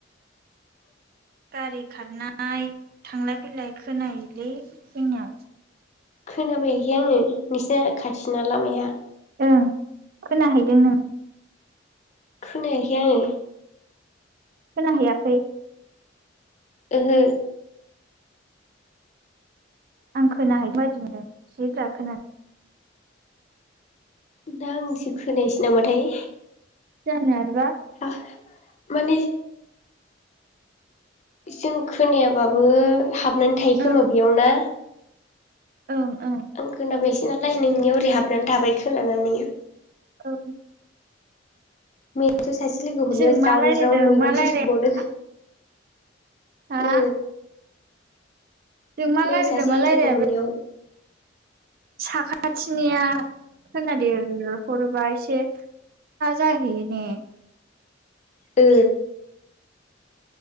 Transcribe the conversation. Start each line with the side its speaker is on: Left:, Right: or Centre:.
Right: गारि खारनाय थांलाय फैलाय खोनायोलै जोंनियाव
Left: खोना फैयाखै आङो नोंसिना खाथिना लामाया
Right: ओं खोनाहैदों नों
Left: खोनायाखै आङो
Right: खोना हैैयाखै
Left: ओंहो
Right: आं खोनाहैदों बायदि मोनदों जि <unintelligible>
Left: ना आंसो खोनायासै नामाथाय
Right: जानो आरोबा
Left: हा मानि जों खोनायाबाबो हाब ना थायोखोमा
Right: ओं
Left: बेयाव ना।
Right: ओं ओं
Left: आं खोना फैयासै नाल दा नोंनियाव ओरै हाबनानै थाबाय खोनानानै।
Right: ओं
Left: ने बेथ' सासे लोगो हरनायाव
Right: जों मा
Left: ज्राव
Right: रायलायदों
Left: ज्राव मैगंसो
Right: मा रायलाया
Left: सुबावदों।
Right: हा।
Left: ओ
Right: जों मा
Left: मैया
Right: रायलायदों
Left: सासे
Right: मा रायलायाबो।
Left: लोगो हरनायाव
Right: साखाथिनिया खोनादेरहरोबा एसे स्रा जाहैयो ने।
Left: ओ